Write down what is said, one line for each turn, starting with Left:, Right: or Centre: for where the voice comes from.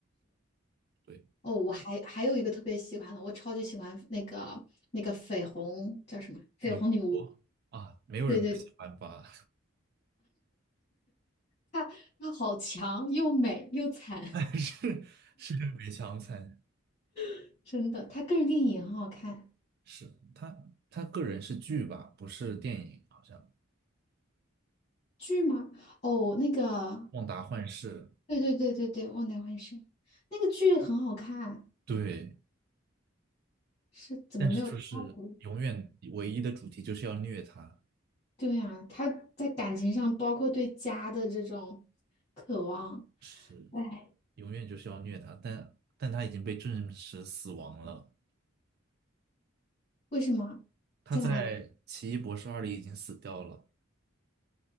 Right: 对，
Left: 哦，我还还有一个特别喜欢的，我超级喜欢那个那个绯红叫什么？绯红女巫。
Right: 女国啊，没有人不喜欢吧？
Left: 对对，她她好强，又美又惨，
Right: <laughs> 是是梅强惨，
Left: <laughs> 真的。她个人电影也很好看。
Right: 是他他个人是剧吧，不是电影，好像
Left: 剧吗？哦，那个，
Right: 《旺达幻视》
Left: 对对对对对，忘掉幻视，那个剧很好看，
Right: 对，
Left: 是怎么没有第二部？
Right: 但是就是永远唯一的主题就是要虐他，
Left: 对啊，她在感情上，包括对家的这种渴望，
Right: 是
Left: 哎，
Right: 永远就是要虐他，但但他已经被证实死亡了，
Left: 为什么在哪里？
Right: 他在《奇异博士二》里已经死掉了，